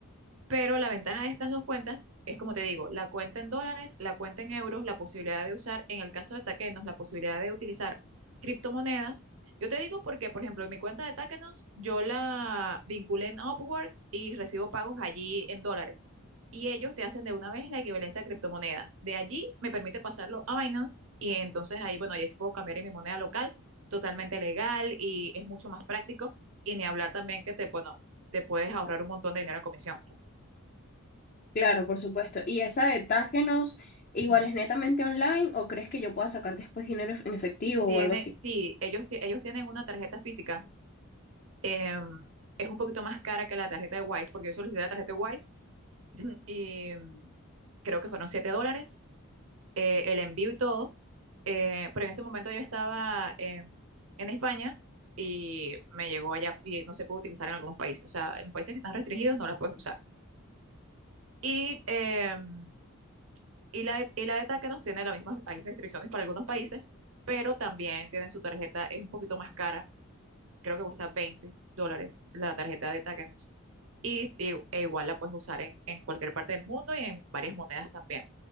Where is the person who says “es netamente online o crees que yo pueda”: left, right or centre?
Left